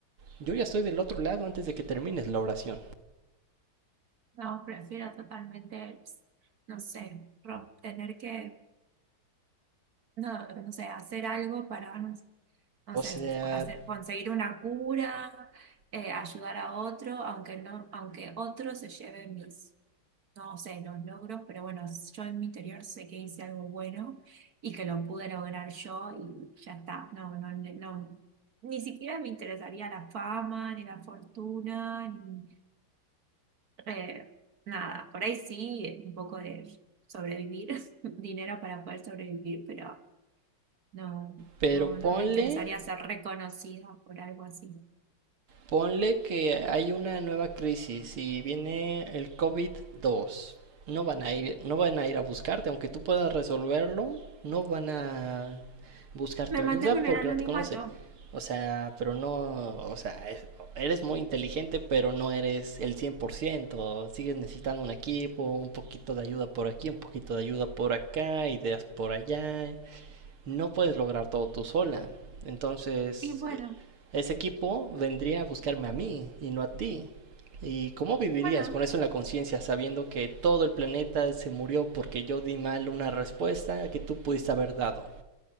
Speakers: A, on the right (about 80°); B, on the right (about 45°).
A: yo ya estoy del otro lado antes de que termines la oración.
B: No, prefiero totalmente, no sé, rom- tener que No, no sé, hacer algo para, no sé, no
A: O
B: sé,
A: sea,
B: hacer, conseguir una cura, eh, ayudar a otro, aunque no, aunque otro se lleve mis, no sé, los logros, pero bueno, yo en mi interior sé que hice algo bueno y que lo pude lograr yo y ya está. No, no, no, ni siquiera me interesaría la fama, ni la fortuna, ni eh, nada. Por ahí sí, un poco de sobrevivir, <laughs> dinero para poder sobrevivir, pero no,
A: pero
B: no,
A: ponle
B: no me interesaría ser reconocida por algo así.
A: Ponle que hay una nueva crisis y viene el covid dos. No van a ir, no van a ir a buscarte, aunque tú puedas resolverlo, no van a buscar
B: Me
A: tu
B: mantengo
A: ayuda
B: en
A: porque
B: el anonimato.
A: no te conocen. O sea, pero no, o sea, es- eres muy inteligente, pero no eres el 100%. Sigues necesitando un equipo, un poquito de ayuda por aquí, un poquito de ayuda por acá, ideas por allá no puedes lograr todo tú sola. Entonces,
B: Y bueno,
A: ese equipo vendría a buscarme a mí y no a ti. ¿Y cómo vivirías
B: bueno,
A: con eso en la conciencia, sabiendo que todo el planeta se murió porque yo di mal una respuesta que tú pudiste haber dado?